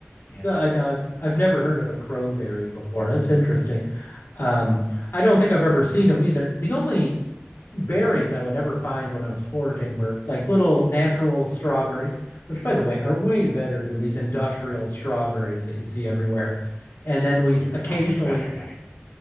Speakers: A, on the left; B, on the left.
A: Yeah.
B: The, I know I've I've never heard of a crowberry before. That's interesting. Um, I don't think I've ever seen them either. The only berries I would ever find when I was foraging were like little natural strawberries, which, by the way, are way
A: Mm.
B: better than these industrial strawberries that you see everywhere. And then we'd
A: Well, it's
B: occasionally,
A: so much better, eh?